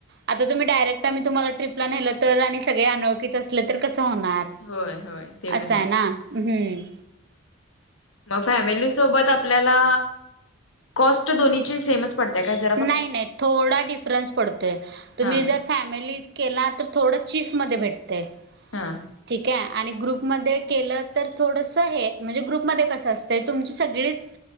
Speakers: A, on the right; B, on the left.
A: आता तुम्ही डायरेक्ट आम्ही तुम्हाला ट्रीपला नेलं तर, आणि सग अनोळखीच असलं, तर कसं होणार.
B: होय होय ते
A: असं
B: पन आय.
A: आहे ना हम्म
B: म फॅमिली सोबत आपल्याला कॉस्ट दोन्हीची सेमच पडत्या काय ज
A: नाय -नाय थोडा डिफरन्स पडतोय. तुम्ही
B: हा
A: जर फॅमिलीत केला तर थोडं चिफमध्ये भेटतय.
B: हा.
A: ठीकाय आणि ग्रुपमध्ये केलं तर थोडस हे, म्हणजे ग्रुपमध्ये कसं असतंय तुमची सगळीच